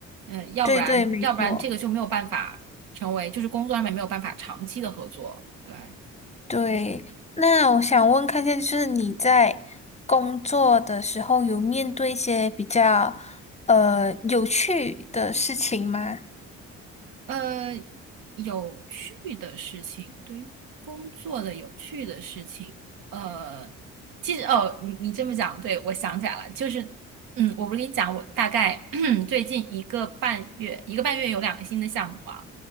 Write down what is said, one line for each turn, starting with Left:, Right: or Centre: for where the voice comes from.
Right: 嗯，要不然要不然这个就没有办法成为，
Left: 对对，没错。
Right: 就是工作上面没有办法长期的合作。对。
Left: 对，那我想问看一下，就是你在工作的时候有面对一些比较呃有趣的事情吗？
Right: 呃，有趣的事情，对于工作的有趣的事情，呃，其实哦，你你这么讲，对，我想起来了，就是，嗯，我不是跟你讲，我大概 <clears throat> 最近一个半月，一个半月有两个新的项目啊。